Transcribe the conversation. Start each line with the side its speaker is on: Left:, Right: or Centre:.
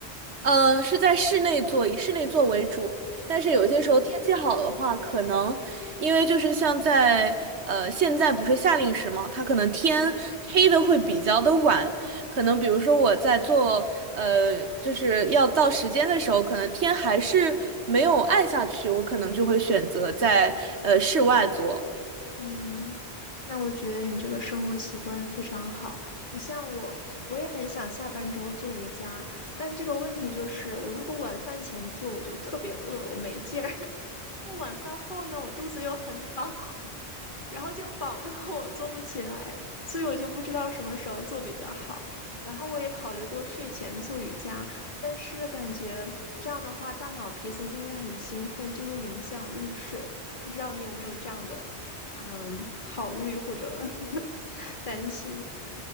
Right: 呃，是在室内做，以室内做为主。但是有些时候天气好的话，
Left: 嗯
Right: 可能因为就是像在呃现在不是夏令时嘛，它可能天黑的会比较的晚，
Left: 嗯
Right: 可能比如说我在做呃就是要到时间的时候，可能天还是没有暗下去，我可能就会选择在呃室外做。
Left: 嗯，那我觉得你这个生活习惯非常好。你像我，我也很想下班之后做瑜伽，但这个问题就是，我如果晚饭前做，我就特别饿，我没劲儿；<laughs> 晚饭后呢，我肚子又很饱。然后就饱得我做不起来，所以我就不知道什么时候做比较好。然后我也考虑过睡前做瑜伽，但是感觉这样的话，大脑皮层就会很兴奋，就会影响入睡。不知道你有没有这样的嗯考虑或者 <laughs> 担心？